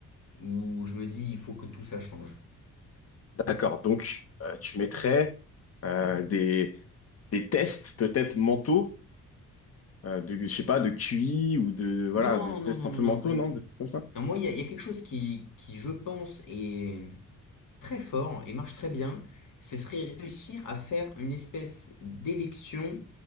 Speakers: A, on the left; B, on the left.
A: où je me dis, il faut que tout ça change.
B: d'accord. Donc, euh, tu mettrais euh, des, des tests peut-être mentaux, euh, de, je sais pas, de QI ou de, voilà,
A: Non,
B: des tests
A: non, non,
B: un
A: non,
B: peu
A: non,
B: mentaux,
A: pas du
B: non?
A: tout.
B: Des trucs comme ça.
A: Non, moi, il y a, il y a quelque chose qui, qui, je pense, est très fort et marche très bien. Ce serait réussir à faire une espèce d'élection,